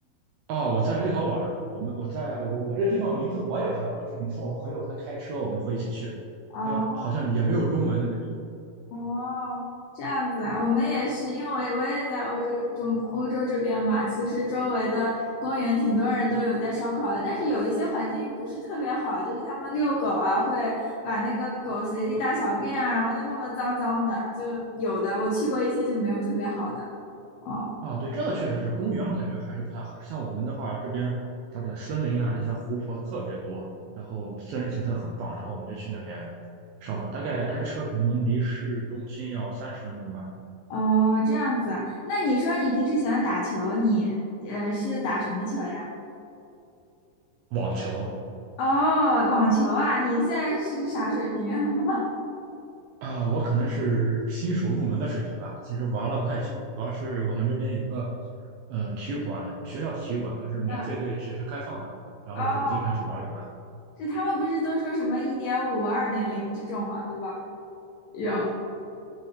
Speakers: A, on the right; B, on the left.
A: 哦，我在立豪宛，我们我在我我这地方名字我也不知道，就是每次我朋友他开车，我们会一起去，
B: 哦
A: 他好像也没有中文的那个。
B: 哦，这样子啊，我们也是，因为我也我也在欧洲中欧洲这边嘛，其实周围的公园挺多人都有在烧烤的，但是有一些环境不是特别好，就是他们遛狗啊，会把那个狗随地大小便啊，然后就弄得脏脏的，就有的我去过一些就没有特别好的。哦。
A: 哦，对，这个确实是公园，我感觉还是不太合适。像我们的话，这边它的森林啊，这些湖泊特别多，然后自然景色很棒，然后我们就去那边烧烤，大概开车可能离市中心要三十分钟吧。
B: 哦，这样子啊。那你说你平时喜欢打球，你呃是打什么球呀？
A: 网球，
B: 哦，网球啊，你现在是啥水平啊？<laughs>
A: 啊，我可能是新手入门的水平吧。其实玩了不太久，主要是我们这边有个呃体育馆，学校体育馆它是免费对学生开放的，
B: 嗯，
A: 然后就经常去玩一玩。
B: 哦，是他们不是都说什么一点五、二点零这种嘛，对吧？有。